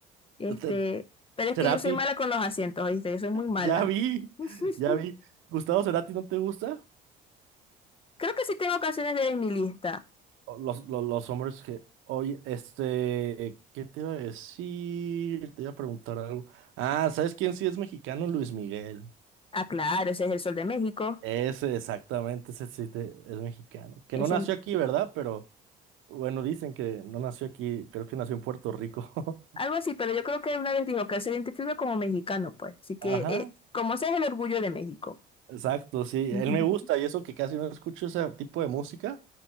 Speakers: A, on the left (about 25°); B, on the right (about 70°).
A: Este,
B: Te-
A: pero es
B: Cerati,
A: que yo soy mala con los asientos, ¿viste? Yo soy muy mala.
B: ya vi,
A: <laughs>
B: ya vi. Gustavo Cerati, ¿no te gusta?
A: Creo que sí tengo canciones de mi lista.
B: Los, los, los hombres que, oye, este, ¿qué te iba a decir? Te iba a preguntar algo. Ah, ¿sabes quién sí es mexicano? Luis Miguel.
A: Ah, claro, ese es el Sol de México.
B: Ese, exactamente, ese sí te- es mexicano. Que
A: Ese,
B: no nació aquí, ¿verdad? Pero bueno, dicen que no nació aquí, creo que nació en Puerto Rico.
A: algo así, pero yo creo que una vez dijo que él se identifica como mexicano, pues. Así que,
B: <laughs> Ajá,
A: eh, como ese es el orgullo de México.
B: exacto,
A: <laughs>
B: sí.
A: Ujú.
B: Él me gusta y eso que casi no escucho ese tipo de música,